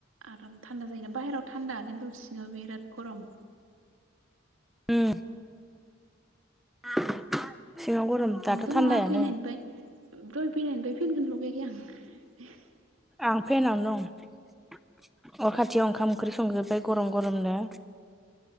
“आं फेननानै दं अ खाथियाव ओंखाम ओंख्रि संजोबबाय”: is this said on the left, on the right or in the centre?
Centre